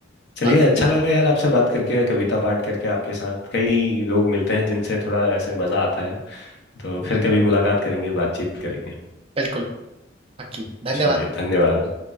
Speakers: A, on the left; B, on the right.
A: चलिए
B: बाकी
A: अच्छा लगा यार आपसे बात करके कविता पाठ करके आपके साथ कई लोग मिलते हैं जिनसे थोड़ा ऐसे मजा आता है तो फिर कभी मुलाकात करेंगे बातचीत करेंगे
B: बिल्कुल बाकी धन्यवाद
A: चलिए धन्यवाद